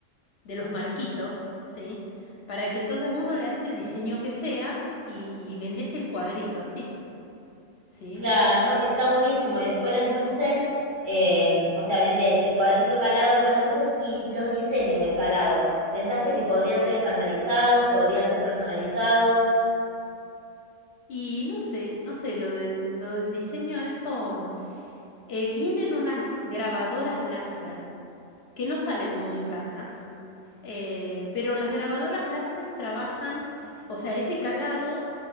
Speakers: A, on the left; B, on the right.
A: de los marquitos, ¿sí? Para que entonces uno le hace el diseño que sea y, y vendes el cuadrito así, ¿sí?
B: Claro, está buenísimo. Y después las luces, eh, o sea, vendés el cuadrito calado con las luces y los diseños del calado. ¿Pensaste que podrían ser estandarizados, podrían ser personalizados?
A: Y no sé, no sé, lo del, lo del diseño, eso, mm, eh, vienen unas grabadoras láser que no salen muy caras, eh, pero las grabadoras láser trabajan, o sea, ese calado,